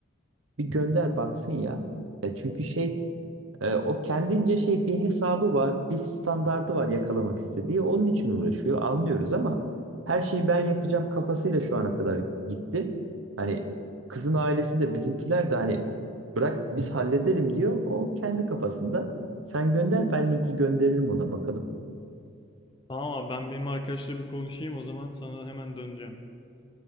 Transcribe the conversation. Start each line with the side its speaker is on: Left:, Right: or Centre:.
Right: Bir gönder baksın ya. E çünkü şey Ee, o kendince şey bir hesabı var, bir standardı var yakalamak istediği. Onun için uğraşıyor, anlıyoruz ama her şeyi ben yapacağım kafasıyla şu ana kadar gitti. Hani kızın ailesi de bizimkiler de hani bırak biz halledelim diyor. O kendi kafasında. Sen gönder ben linki gönderirim ona bakalım.
Left: Tamam abi ben benim arkadaşla bir konuşayım o zaman sana hemen döneceğim.